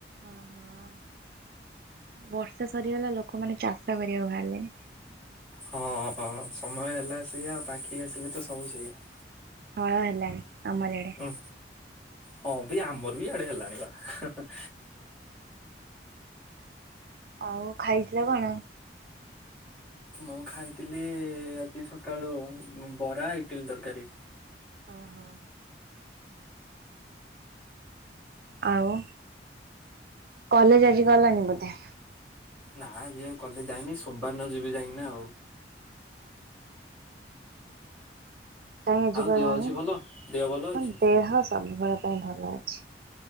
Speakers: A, on the right; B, in the centre.
A: ଓହୋ। ବର୍ଷା ସରିଗଲା ଲୋକମାନେ ଚାଷ କରିବାକୁ ବାହାରିଲେ।
B: ହଁ ସମୟ ହେଲା ସେଇଆ ପାଖେଇ ଆସିଲେ ତ ସବୁ ସେଇଆ।
A: ହଳ ହେଲାଣି ଆମର ଏଆଡେ।
B: ହୁଁ ହଁ ବି ଆମର ବି ଆଡେ ହେଲାଣି ବା।
A: ଆଉ ଖାଇଥିଲା କଣ?
B: ମୁଁ ଖାଇଥିଲି ଆଜି ସକାଳୁ ବରା ଇଟିଲ ତରକାରୀ।
A: ଓହୋ। ଆଉ କଲେଜ ଆଜି ଗଲନି ବୋଧେ।
B: ନା ଯିଏ ଆଉ କଲେଜ ଯାଇନି ସୋମବାର ନ ଯିବି ଯାଇକି ନା।
A: କାଇଁ ଆଉ ଯିବ
B: ଦେହ
A: କହୁନ
B: ଅଛି ଭଲ ଦେହ ଭଲ ଅଛି?
A: ଦେହ ସବୁବେଳ ପାଇଁ ଭଲ ଅଛି।